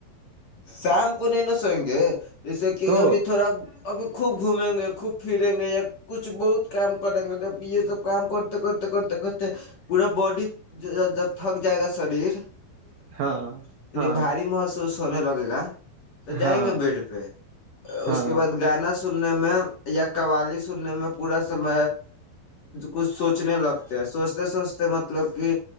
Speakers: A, on the left; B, on the right.
A: سام کو نہیںین سو جیسے کہ
B: تو
A: ابھی تھوڑا ابھی خوب گھومیں گے خوب پھریں گے یا کچھ بہت کام کریں گے جب یہ سب کام کرتے کرتے کرتے کرتے پورا باڈی جب تھک جائے گا شریر
B: ہاں ہاں
A: باری محسوس ہو نے لگے گا تو جائیں
B: ہاں
A: گے بیڈ پہ
B: ہاں
A: اس کے بعد گانا سننے میں یا قوالی سننے میں پورا سم کچھ سوچنے لگتے ہیں سوچتے سوچتے مطلب کہ